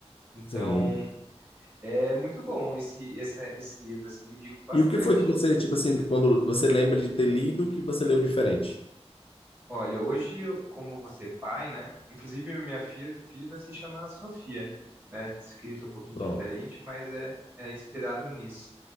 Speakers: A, on the right; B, on the left.
A: Então,
B: sim.
A: é muito bom esse, essa- esse livro, assim, indico bastante.
B: E o que foi que você, tipo assim, quando você lembra de ter lido, que você leu diferente?
A: Olha, hoje, eu, como você é pai, né? Inclusive, minha fi- filha vai se chamar Sofia, né? Escrito um pouquinho
B: Pronto.
A: diferente, mas é, é inspirado nisso.